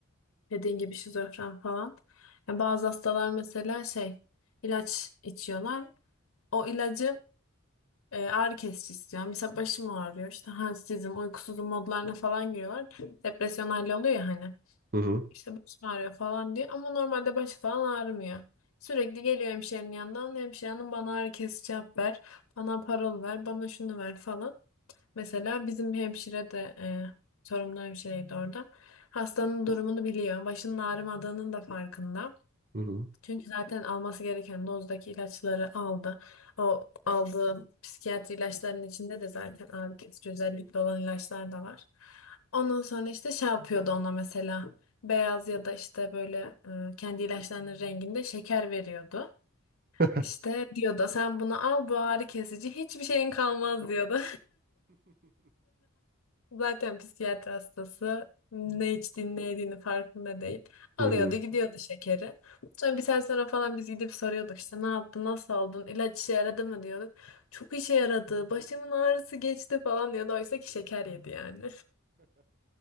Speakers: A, on the left; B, on the right.
A: Dediğin gibi şizofren falan. Yani bazı hastalar mesela şey ilaç içiyorlar. O ilacı e, ağrı kesici istiyor. Mesela başım ağrıyor. İşte halsizim, uykusuzum modlarına falan giriyorlar. Depresyon hali oluyor ya hani.
B: Hı hı.
A: İşte başım ağrıyor falan diye. Ama normalde başı falan ağrımıyor. Sürekli geliyor hemşirenin yanından. Hemşirenin bana ağrı kesici yap ver. Bana parol ver. Bana şunu ver falan. Mesela bizim bir hemşire de e, sorumlu hemşireydi orada. Hastanın durumunu biliyor. Başının ağrımadığının da farkında.
B: Hı hı.
A: Çünkü zaten alması gereken dozdaki ilaçları aldı. O aldığı psikiyatri ilaçlarının içinde de zaten ağrı kesici özellikle olan ilaçlar da var. Ondan sonra işte şey yapıyordu ona mesela. Beyaz ya da işte böyle e, kendi ilaçlarının renginde şeker veriyordu.
B: <laughs>
A: İşte diyordu sen bunu al bu ağrı kesici hiçbir şeyin kalmaz diyordu. Zaten psikiyatri hastası ne içtiğini ne yediğini farkında değil. Alıyordu
B: Hı hı.
A: gidiyordu şekeri. Sonra bir sene sonra falan biz gidip soruyorduk işte ne yaptın nasıl oldun ilaç işe yaradı mı diyorduk. Çok işe yaradı başımın ağrısı geçti falan diyordu. Oysa ki şeker yedi yani.